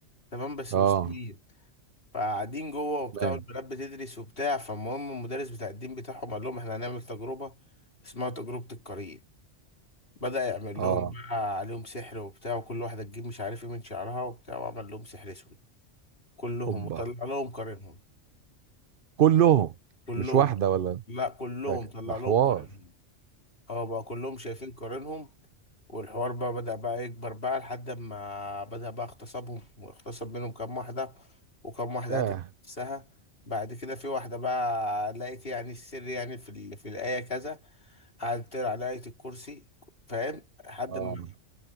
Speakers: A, on the left; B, on the right.
A: تمام بس
B: اه
A: مسلمين فقاعدين جوه وبتاع
B: تمام
A: والبنات بتدرس وبتاع فالمهم المدرس بتاع الدين بتاعهم قال لهم احنا هنعمل تجربه اسمها تجربه القرين بدأ يعمل
B: اه
A: لهم بقى عليهم سحر وبتاع وكل واحدة تجيب مش عارف ايه من شعرها وبتاع وعمل لهم سحر اسود كلهم
B: هوبا
A: وطلع لهم قرينهم
B: كلهم
A: كلهم
B: مش واحدة ولا
A: لا كلهم
B: ده ك-
A: طلع
B: ده حوار
A: لهم قرينهم اه بقى كلهم شايفين قرينهم والحوار بقى بدأ بقى يكبر بقى لحد ما بدأ بقى اغتصابهم واغتصب منهم كام واحدة وكام واحدة
B: ياه
A: قتلت نفسها بعد كده في واحدة بقى لقيت يعني السر يعني في ال... في الآية كذا قعدت تقرا على آية الكرسي فاهم لحد
B: آه.
A: ما